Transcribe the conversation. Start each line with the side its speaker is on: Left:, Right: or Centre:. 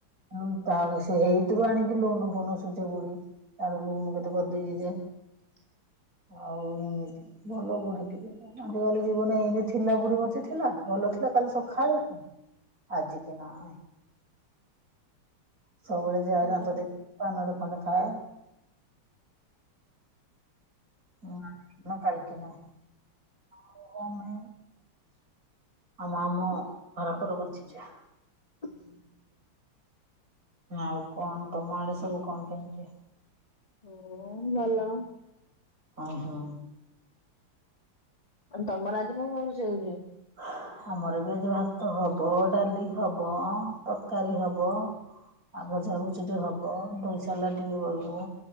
Right: <unintelligible> ହେଇଥିରୁ ଆଣିକି ଲୋନ ଫୁନ ସୁଚ ବୁଢୀ ତାର ଲୁନ କେତେ କରିଦେଇଛି ଯେ
Left: ହୁ <inaudible>
Right: ଆଉ ତି ଭଲ ବୁଢୀ ଟିକେ ଆଜିକାଲି ଜୀବନ ଏଇନେ ଥିଲା ବୁଢୀ ବଞ୍ଚି ଥିଲା ଭଲ ଥିଲା କାଲି ସକାଳେ ଆଜି କେ ନ <unintelligible> ସବୁବେଳେ ଯାଏନା
Left: ହୁଁ
Right: ତ ଦେଖ ପାନରୁ ଖଣ୍ଡେ ଖାଏ। ହଁ ମ <unintelligible> କାଲିକିନମେ <unintelligible> ଆମ ଆମ <unintelligible> ଘରକରେ ବସିଛ <unintelligible>
Left: ହ <unintelligible>
Right: ଆଉ କଣ ତମ ଆଡେ ସବୁ କଣ କେମିତି?
Left: ହ ଭଲ।
Right: ହ ହୋ।
Left: ଆ ତମର ଆଜି କଣ <unintelligible> କଣୁଷ ହେଉଛି?
Right: ହଁ। ଆମର ଏବେ ଆଜି ଭାତ ହବ ଡାଲି ହବ ତରକାରୀ ହବ ଆ ଭଜା ଭଜୀ ଟେ ହବ ଦହି ସାଲାଡ଼ ଟିକେ ବହିବୁ